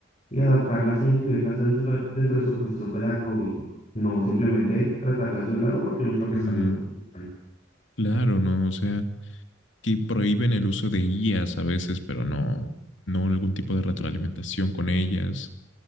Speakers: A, on the left; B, on the left.
A: y adaptarlas e incluirlas dentro, dentro de su proceso pedagógico. No simplemente tratarlas de un lado porque no es lo que estamos
B: Mm,
A: acostumbrados.
B: claro, ¿no? O sea, que prohíben el uso de IAs a veces, pero no, no algún tipo de retroalimentación con ellas.